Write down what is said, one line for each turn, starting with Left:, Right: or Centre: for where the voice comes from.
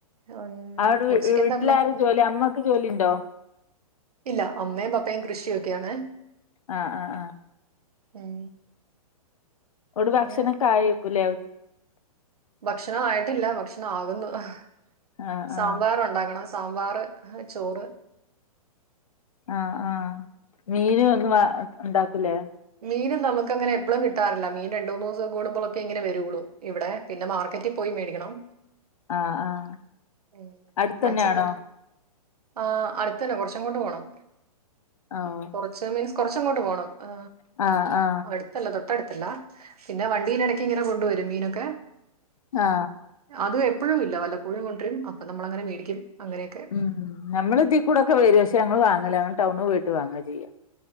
Right: ഉം,
Left: അവ്ടെ വീ
Right: ഉച്ചയ്ക്ക്
Left: വീട്ടിലാരും
Right: എന്താ ഉണ്ടാക്കി
Left: ജോലി അമ്മക്ക് ജോലി ഇണ്ടോ
Right: ഇല്ല അമ്മയും പപ്പയും കൃഷി ഒക്കെ ആണ്
Left: ആ ആ ആ
Right: ഉം
Left: ട് ഭക്ഷണ
Right: അങ്ങനെ
Left: ഒക്ക ആയയ്ക്കു ലെ
Right: ഭക്ഷണം ആയിട്ടില്ല ഭക്ഷണം ആവുന്നു സാ
Left: ആഹ്
Right: സാമ്പാറ്
Left: ആഹ്
Right: ഉണ്ടാക്കണം സാമ്പാറ് ചോറ്
Left: ആ ആ മീന് ഒന്നും വ ഇണ്ടാക്കൂലേ
Right: മീന് ഒന്നും നമുക്ക് അങ്ങനെ എപ്പളും കിട്ടാറില്ല മീൻ രണ്ട് മൂന്ന് ദിവസം കൂടുമ്പോളോക്കെ ഇങ്ങനെ വരോള്ളൂ ഇവ്ടെ പിന്നെ മാർക്കറ്റി പോയി മേടിക്കണം
Left: ആഹ് ആഹ്
Right: ഉം
Left: അടുത്തന്നെയാണോ
Right: ‌ അച്ഛൻ വെ ആ അട്ത്തന്ന കൊർച്ചങ്ങോട്ട് പോണം.
Left: അ ഓ
Right: കൊർച്ച് മീൻസ് കൊർച്ചങ്ങോട്ട് പോണം ആ
Left: ആ ആ
Right: അട്ത്തല്ല തൊട്ടട്ത്തല്ല പിന്നെ വണ്ടീലടക്കിങ്ങനെ കൊണ്ടുവരും മീനൊക്കെ
Left: ആ
Right: അതു എപ്പഴുന്നില്ല വല്ലപ്പോഴും കൊണ്ട്രും അപ്പം നമ്മളങ്ങനെ മേടിക്കും അങ്ങനെയൊക്കെ.
Left: ഉം ‌ നമ്മള് ഇദീകൂടക്കെ വരും പക്ഷെ അങ്ങള് വാങ്ങല ഞങ്ങള് ടൗണ് പോയിട്ട് വാങ്ങ ചെയ്യാ